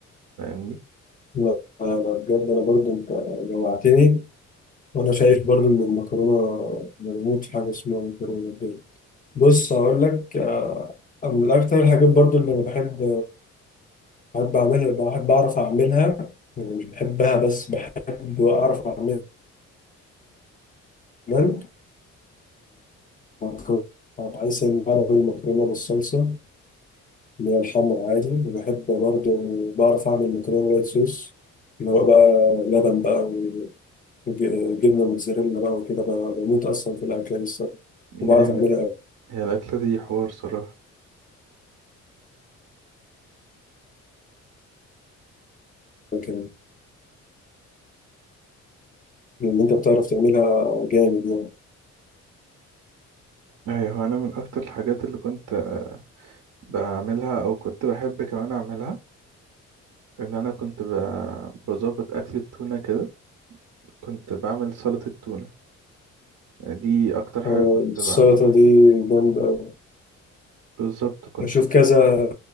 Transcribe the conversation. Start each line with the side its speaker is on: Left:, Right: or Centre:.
Right: فاهمني
Left: انا أنا بجد انا برضو انت جوعتني وانا شايف برضو ان المكرونه مربوط في حاجه اسمها مكرونه بيض بص هقول لك آه، من أكتر الحاجات برضو اللي أنا بحب بحب أعملها بحب أعرف أعملها يعني مش بحبها بس بحب أعرف أعملها كمان المكرونة بحيث إن بعرف أعمل المكرونة بالصلصة اللي هي الحمر عادي وبحب برضو بعرف أعمل مكرونة وايت صوص اللي هو بقى لبن بقى وجبنة موتزاريلا بقى وكده بقى بموت أصلا في الأكلة دي الصراحة وبعرف
Right: جامد
Left: أعملها أوي
Right: هي الأكلة دي حوار صراحة
Left: كمان لأن أنت بتعرف تعملها جامد يعني.
Right: أيوة أنا من أكتر الحاجات اللي كنت بعملها أو كنت بحب كمان أعملها إن أنا كنت ب- بظبط أكل التونة كده كنت بعمل سلطة التونة يعني دي أكتر حاجة
Left: آه،
Right: كنت
Left: السلطة
Right: بعملها
Left: دي جامدة أوي
Right: بالظبط كنت
Left: بشوف كذا